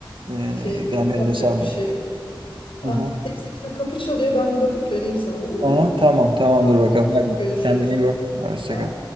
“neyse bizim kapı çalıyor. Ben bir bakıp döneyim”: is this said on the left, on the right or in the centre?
Left